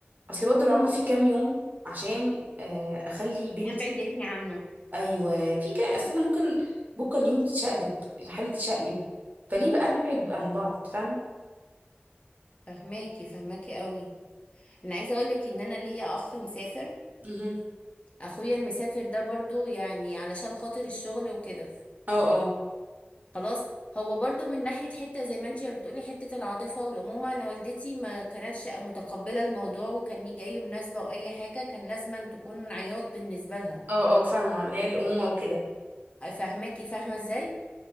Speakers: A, on the right; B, on the left.
A: اصل برضه الرعاة في كام يوم عشان آه، اخلي بنتي
B: ابعد ابني عنه
A: ايوه في كام اصل انا ممكن بكره اليوم تتشقلب الحالة تتشقلب فليه بقى نبعد عن بعض فاهمة
B: فهماكي فهماكي قوي انا عايزة اقولك ان انا ليا اخ مسافر
A: مهم.
B: اخويا المسافر ده برضو يعني علشان خاطر الشغل وكده
A: اه اه
B: خلاص هو برضو من ناحية حتة زي ما انت بتقولي حتة العاطفة والأمومة أنا والدتي ما كانتش متقبلة الموضوع وكان يجي أي مناسبة أو أي حاجة كان لازما تكون عياط بالنسبة لها
A: اه اه فاهمة اللي هي الأمومة وكده
B: فاهماكي فاهمة ازاي